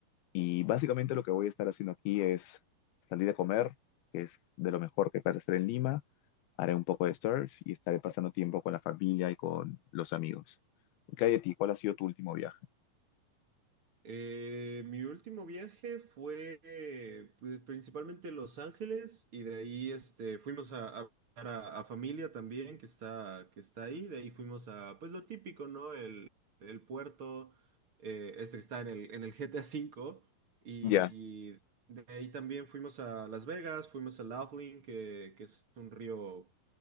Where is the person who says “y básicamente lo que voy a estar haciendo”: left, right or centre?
Left